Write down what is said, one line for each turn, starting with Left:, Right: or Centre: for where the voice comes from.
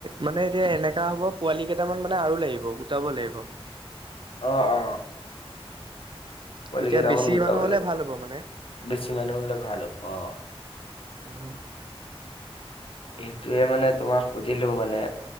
Right: মানে এতিয়া এনেকা হ'ব পোৱালি কেইটামান মানে আৰু লাগিব, গোটাব লাগিব।
Left: অ', অ'। পোৱালি
Right: তেতিয়া
Left: কেইটামান
Right: বেছি
Left: গোটাবলে
Right: মানুহ হ'লে ভাল হ'ব মানে।
Left: বেছি মানুহ হ'লে ভাল হ'ব অ'।
Right: উম।
Left: সেইটোৱে মানে তোমাক সুধিলো মানে।